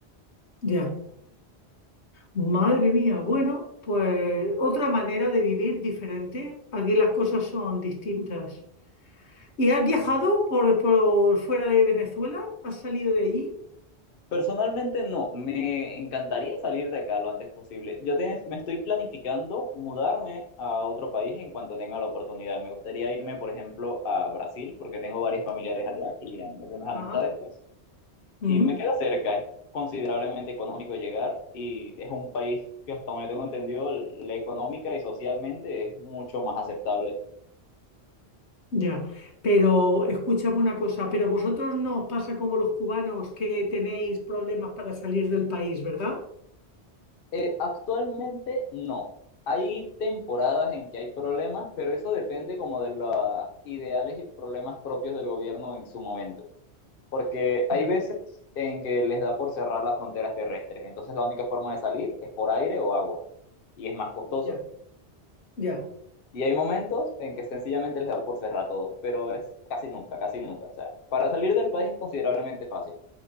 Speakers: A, on the left; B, on the left.
A: ya. Madre mía, bueno, pues otra manera de vivir diferente. Aquí las cosas son distintas. ¿Y has viajado por, por fuera de Venezuela? ¿Has salido de allí?
B: Personalmente no, me encantaría salir de acá lo antes posible. Yo te- me estoy planificando mudarme a otro país en cuanto tenga la oportunidad. Me gustaría irme, por ejemplo, a Brasil, porque tengo varios familiares allá y algunas amistades,
A: Ajá,
B: pues,
A: ujú,
B: y me queda cerca, es considerablemente económico llegar y es un país que hasta donde tengo entendido, la económica y socialmente es mucho más aceptable.
A: ya. Pero escúchame una cosa, pero vosotros no os pasa como los cubanos que tenéis problemas para salir del país, ¿verdad?
B: Eh, actualmente no. Hay temporadas en que hay problemas, pero eso depende como de los ideales y problemas propios del gobierno en su momento. Porque hay
A: Ya,
B: veces en que les da por cerrar las fronteras terrestres, entonces la única forma de salir es por aire o agua, y es más costoso.
A: ya, ya,
B: Y hay momentos en que sencillamente les da por cerrar todo, pero es casi nunca, casi nunca. O sea, para salir del país es considerablemente fácil.